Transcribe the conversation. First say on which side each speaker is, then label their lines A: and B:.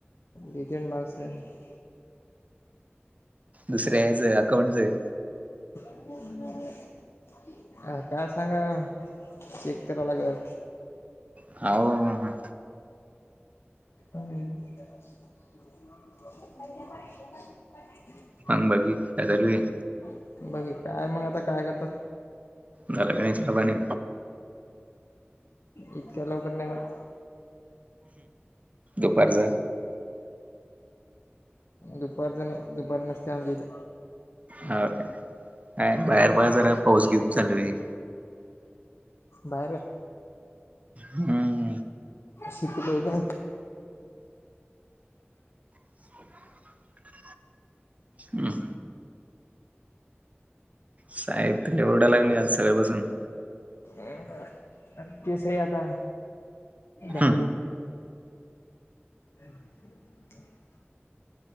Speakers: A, on the left; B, on the right.
A: लिजेंड <unintelligible>
B: दुसऱ्या याज अकाउंटचय
A: अ काय सांगा चेक कराय लागल
B: हा.... व
A: हम हे बघ <unintelligible>
B: मग बाकी काय चालूये
A: बाकी काय मग आता काय करता
B: झाल का नाही चाय पाणी
A: इतका लवकर नाय होत
B: दुपारचा
A: दुपारचा नाई दुपार नसते आमच्याइथ
B: अ काय बाहेर
A: हम्म.
B: पहा जरा पाऊस किती चालू आहे
A: बाहेर या
B: हम्म
A: शिकल <unintelligible>
B: <unintelligible> हम् साहेब त लय ओरडाय लागलेत आज सकाळपासून
A: अ केस आहे आता दाहडी..
B: हम्म
A: एव <unintelligible>